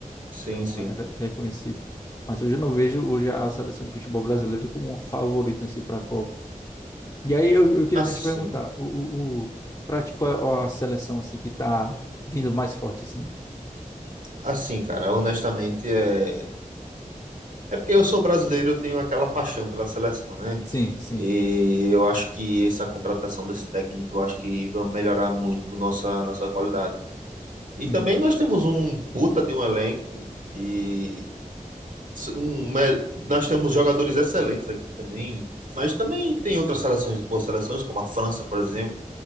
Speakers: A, on the right; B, on the left.
A: sim,
B: Então
A: sim.
B: era reconhecido. Mas hoje eu não vejo hoje a seleção de futebol brasileira como uma favorita, assim, para a Copa. E aí eu, eu queria
A: Assim,
B: até te perguntar, o, o, o, pra ti, qual é a seleção, assim, que tá vindo mais forte, assim?
A: assim, cara, honestamente é é porque eu sou brasileiro, eu tenho aquela paixão pela seleção, né?
B: Sim, sim.
A: E eu acho que essa contratação desse técnico, eu acho que vai melhorar muito nossa nossa qualidade. E
B: Uhum,
A: também nós temos um puta de um elenco e s- um me- nós temos jogadores excelentes aqui também, mas também tem outras seleções, boas seleções, como a França, por exemplo,